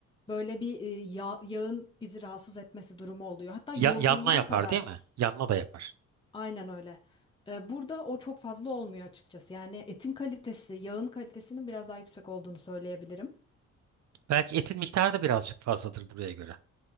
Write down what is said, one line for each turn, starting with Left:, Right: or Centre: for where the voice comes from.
Left: böyle bir e, yağ- yağın bizi rahatsız etmesi durumu oluyor. Hatta
Right: Ya,
Left: yorgunluğa
Right: yanma yapar
Left: kadar.
Right: değil mi? Yanma da yapar.
Left: Aynen öyle. E, burada o çok fazla olmuyor açıkçası. Yani etin kalitesi, yağın kalitesinin biraz daha yüksek olduğunu söyleyebilirim.
Right: Belki etin miktarı da birazcık fazladır buraya göre.